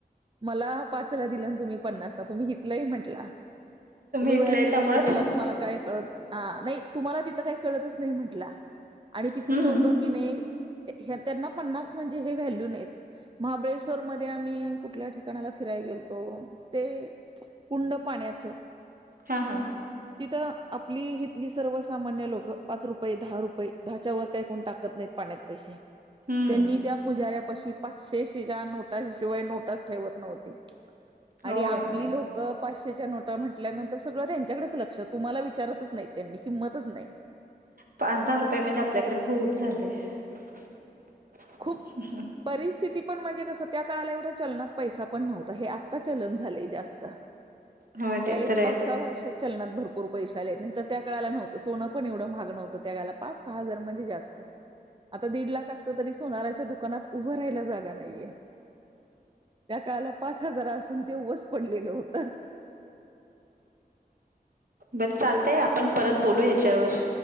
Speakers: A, on the right (about 30°); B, on the right (about 60°).
A: मला पाचला दिलं ना तुम्ही पन्नासला तुम्ही हितलंही म्हंटला तुम्ही
B: इथले
A: बाहेरच्या
B: आहे त्यामुळे
A: देशात गेला तुम्हाला काय कळत ह नाही तुम्हाला तिथं काही कळतच नाही म्हंटला आणि तिथली
B: हम्म
A: लोक कि नाही त्यांना पन्नास म्हणजे हे व्हॅल्यू नाही महाबळेश्वर मध्ये आम्ही कुठल्या ठिकाणाला फिरायला गेलतो ते कुंड पाण्याचं
B: हा हा
A: तिथं आपली ही तली सर्व सामान्य लोक पाच रुपये दहा रुपये दहाच्या वर काही कोण टाकत नाहीत पाण्यात पैसे
B: हम्म
A: त्यांनी त्या पुजाऱ्यापाशी पाचशेेच्या नोटाशिवाय नोटस ठेवत नव्हती
B: होय
A: आणि आपली लोक पाचशेच्या नोटा म्हटल्यानंतर सगळं त्यांच्याकडेच लक्ष तुम्हाला विचारतच नाही त्यांनी किंमतच नाही
B: पाच दहा रुपये म्हणजे आपल्याकडे खूप झाले ह
A: खूप परिस्थिती पण म्हणजे कसं त्या काळाला एवढ्या चलनात पैसा पण नव्हता हे आत्ता चलन झालेय जास्त.
B: होय ते
A: ह एक
B: तर आहे
A: पाच सहा वर्षात चलनात भरपूर पैश आले नाही तर त्या काळाला नव्हत. सोनं पण एवढं मागणं होतं त्या गाला पाच सहा हजार म्हणजे जास्त आता दीड लाख असलं तरी सोनाार्याच्या दुकानात उभं राहिला जागा नाहीये. त्या काळाला पाच हजार असून ते वस पडलेलं होतं.
B: बर चालतंय आपण परत बोलू ह्याच्यावर